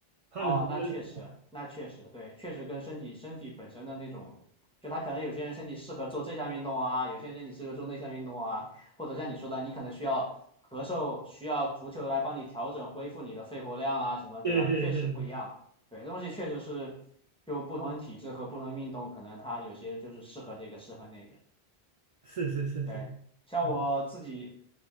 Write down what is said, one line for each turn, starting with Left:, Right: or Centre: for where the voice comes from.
Right: 怕冷不怕热。
Centre: 哦，那确实，
Right: <laughs>
Centre: 那确实，对，确实跟身体身体本身的那种，就他可能有些人身体适合做这项运动啊，有些人身体适合做那项运动啊，或者像你说的，你可能需要咳嗽，需要足球来帮你调整恢复你的肺活量啊什么，对吧？
Right: 对对对对，
Centre: 确实不一样，对，这东西确实是就不同的体质和不同的运动，可能他有些就是适合这个，适合那个。
Right: 是是是是，
Centre: 对，像我自己，
Right: 嗯，